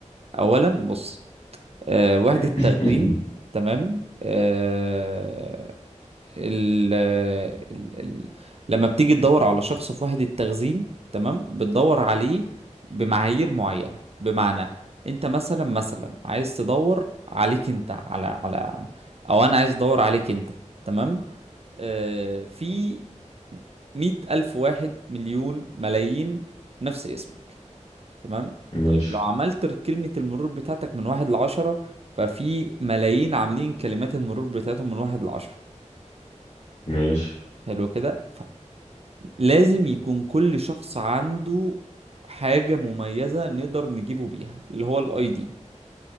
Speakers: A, on the right (about 55°); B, on the left (about 55°).
A: اولا بص أه... وحدة
B: <coughs>
A: تخزين تمام أه... ال ال ال لما بتيجي تدور على شخص في وحدة تخزين تمام بتدور عليه بمعايير معينة بمعنى انت مثلا مثلا عايز تدور عليك انت على على او انا عايز ادور عليك انت تمام آه في مية ألف واحد مليون ملايين نفس اسمك تمام
B: <clears throat> ماشي
A: طيب لو عملت كلمة المرور بتاعتك من واحد لعشرة ففي ملايين عاملين كلمات المرور بتاعتهم من واحد لعشرة
B: ماشي
A: حلو كده لازم يكون كل شخص عنده حاجة مميزة نقدر نجيبه بيها اللي هو الاي دي